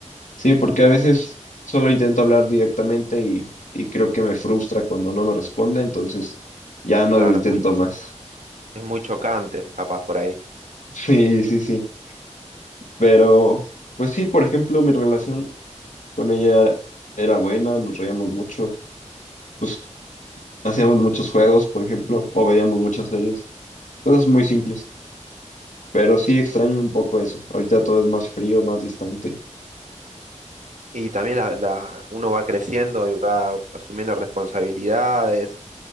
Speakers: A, on the left; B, on the right.
A: Sí, porque a veces solo intento hablar directamente y, y creo que me frustra cuando no me responde, entonces ya no
B: Claro,
A: lo intento
B: es muy,
A: más. <laughs>
B: es muy chocante, capaz por ahí.
A: Sí, sí, sí. Pero, pues sí, por ejemplo, mi relación con ella era buena, nos reíamos mucho, pues hacíamos muchos juegos, por ejemplo, o veíamos muchas series, cosas muy simples. Pero sí extraño un poco eso. Ahorita todo es más frío, más distante.
B: Y también la, la- uno va creciendo y va asumiendo responsabilidades,